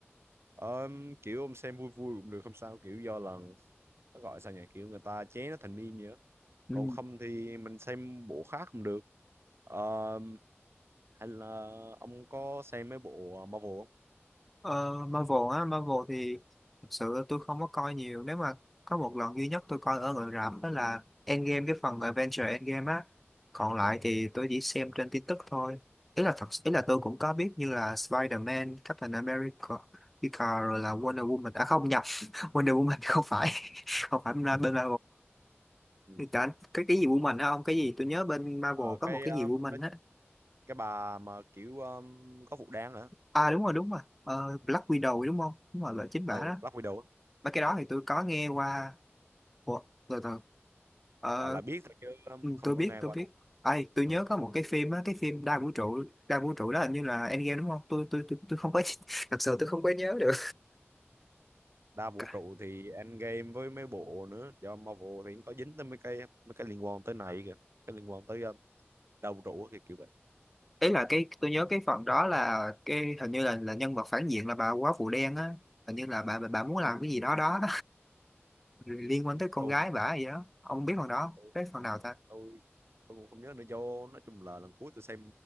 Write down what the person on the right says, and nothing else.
um, kiểu ông xem vui vui cũng được không sao kiểu do là nó gọi sao nhỉ kiểu người ta chế nó thành meme vậy á.
còn không thì mình xem bộ khác cũng được um, hay là ông có xem mấy bộ Marvel không
ừ
ok
ừ. ừ.
Ờ,
cái
um,
nó
cái bà mà kiểu um, có vụ đáng hả?
Ừ,
Black Widow á.
gọi là biết thôi chứ um,
không
có
nghe
qua
đâu.
Ừ.
Đa vũ
trụ thì Endgame với mấy bộ nữa do Marvel thì cũng có dính tới mấy cái mấy cái liên quan tới này kìa, cái liên quan tới um, đa vũ trụ thì kiểu vậy.
Ừ.
Tôi
tôi
tôi tôi cũng không nhớ nữa do nói chung là lần cuối tôi xem